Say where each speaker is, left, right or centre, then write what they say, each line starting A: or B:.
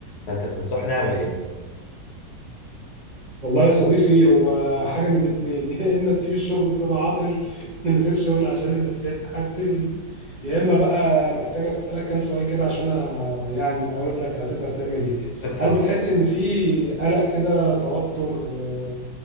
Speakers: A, on the left; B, on the right.
A: فانت تنصحني اعمل ايه
B: والله يا صديقي هو حاجة من الاتنين <laughs> يا إما تسيب الشغل وتبقى عاطل من غير شغل عشان النفسية تتحسن يا إما بقى محتاج أسألك كام سؤال كده عشان أ- يعني أقول لك هتقدر تعمل إيه
A: اتفضل
B: هل بتحس إن في قلق كده توتر آه،